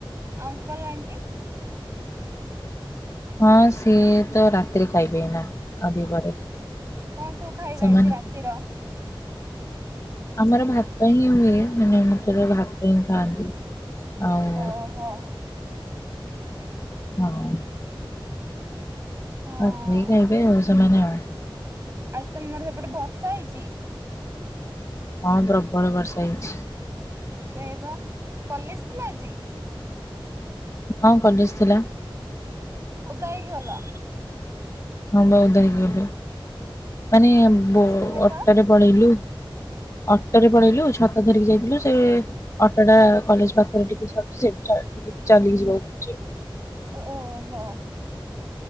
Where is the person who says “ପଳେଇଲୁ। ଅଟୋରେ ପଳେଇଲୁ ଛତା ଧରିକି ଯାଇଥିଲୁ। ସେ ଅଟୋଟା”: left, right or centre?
Left